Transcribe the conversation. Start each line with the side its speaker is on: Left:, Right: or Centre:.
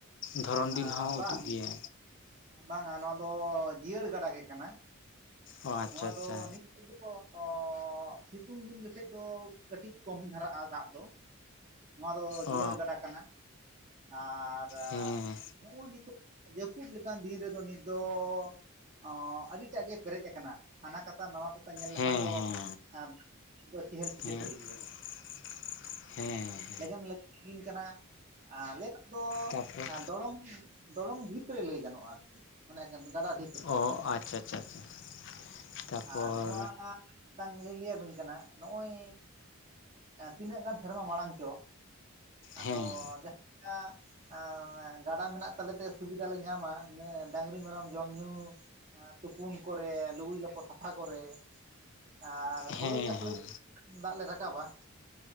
Left: ᱫᱷᱚᱨᱚᱱ
Right: ᱸᱮ
Left: ᱫᱤᱱ ᱦᱚᱸ
Right: ᱵᱟᱝ
Left: ᱩᱛᱩᱜ ᱜᱮᱭᱟ
Right: ᱵᱟᱝ-ᱟ ᱱᱚᱣᱟ ᱫᱚ ᱡᱤᱭᱟᱹᱲ ᱜᱟᱰᱟ ᱜᱮ ᱠᱟᱱᱟ ᱾
Left: ᱚ ᱟᱪᱪᱷᱟ
Right: ᱱᱚᱣᱟ
Left: ᱟᱪᱪᱷᱟ
Right: ᱫᱚ ᱱᱤᱛ ᱠᱚ ᱚᱻ ᱥᱤᱛᱩᱝ ᱫᱤᱱ ᱡᱚᱠᱷᱮᱡ ᱫᱚ ᱠᱟᱹᱴᱤᱡ ᱠᱚᱢ ᱫᱷᱟᱨᱟᱜᱼᱟ ᱫᱟᱜ ᱫᱚ ᱾ ᱱᱚᱣᱟ ᱫᱚ ᱡᱤᱭᱟᱹᱲ
Left: ᱚ
Right: ᱜᱟᱰᱟ ᱠᱟᱱᱟ ᱟᱨ
Left: ᱦᱮᱸ
Right: ᱱᱚᱜᱼᱚ ᱱᱤᱛᱚᱜ ᱡᱟᱹᱯᱩᱫ ᱞᱮᱠᱟᱱ ᱫᱤᱱ ᱨᱮᱫᱚ ᱱᱤᱛ ᱫᱚ ᱚᱸ ᱟᱹᱰᱤ ᱴᱟᱜ ᱜᱮ ᱯᱮᱨᱮᱡ ᱟᱠᱟᱱᱟ᱾ ᱦᱟᱱᱟ ᱠᱟᱛᱟ ᱱᱚᱣᱟ ᱫᱚ ᱧᱮᱞ ᱞᱮᱠᱷᱟᱱ
Left: ᱦᱮᱸ
Right: ᱫᱚ
Left: ᱦᱮᱸ
Right: <unintelligible> ᱪᱮᱦᱮᱞ
Left: ᱦᱮᱸ
Right: ᱪᱮᱯᱮᱞ ᱜᱮᱭᱟ ᱾
Left: ᱦᱮᱸ ᱾
Right: ᱞᱮᱜᱮᱢ ᱞᱮᱜᱮᱢ ᱞᱤᱸᱜᱤᱱ ᱠᱟᱱᱟ᱾ ᱟᱞᱮ ᱫᱚ
Left: ᱛᱟᱯᱚᱨ
Right: ᱫᱚᱲᱚᱝ ᱫᱚᱲᱚᱝ ᱰᱷᱤᱯ ᱨᱮ ᱞᱟᱹᱭ ᱜᱟᱱᱚᱜᱼᱟ ᱟᱨ ᱠᱤ ᱾ ᱢᱟᱱᱮ ᱠᱟᱱ ᱜᱟᱰᱟ ᱰᱷᱤᱯ ᱨᱮ,
Left: ᱚ ᱟᱪᱪᱷᱟ ᱟᱪᱪᱷᱟ ᱟᱪᱪᱷᱟ ᱛᱟᱯᱚᱨ
Right: ᱟᱨ ᱱᱚᱣᱟ ᱢᱤᱫᱴᱟᱝ ᱞᱤᱧ ᱞᱟᱹᱭᱟᱵᱤᱱ ᱠᱟᱱᱟ, ᱱᱚᱜᱼᱚᱭ ᱛᱤᱱᱟᱹᱜ ᱜᱟᱱ ᱥᱮᱨᱢᱟ ᱢᱟᱲᱟᱝ ᱪᱚ ᱟᱫᱚ
Left: ᱦᱮᱸ
Right: ᱡᱟᱦᱠᱟ ᱮᱸ ᱜᱟᱰᱟ ᱢᱮᱱᱟᱜ ᱛᱟᱞᱮ ᱛᱮ ᱥᱩᱵᱤᱫᱷᱟ ᱞᱮ ᱧᱟᱢᱟ ᱰᱟᱝᱨᱤ, ᱢᱮᱨᱚᱢ ᱡᱚᱢ ᱧᱩ ᱮᱸ ᱛᱩᱯᱩᱱ ᱠᱚᱨᱮ ᱞᱩᱜᱽᱲᱤ ᱞᱟᱯᱚ ᱥᱟᱯᱷᱟ ᱠᱚᱨᱮ ᱟᱨ ᱦᱩᱲᱩ
Left: ᱦᱮᱸ
Right: ᱪᱟᱥ
Left: ᱦᱮᱸ
Right: ᱞᱟᱹᱜᱤᱫ ᱫᱟᱜ ᱞᱮ ᱨᱟᱠᱟᱵᱟ ᱾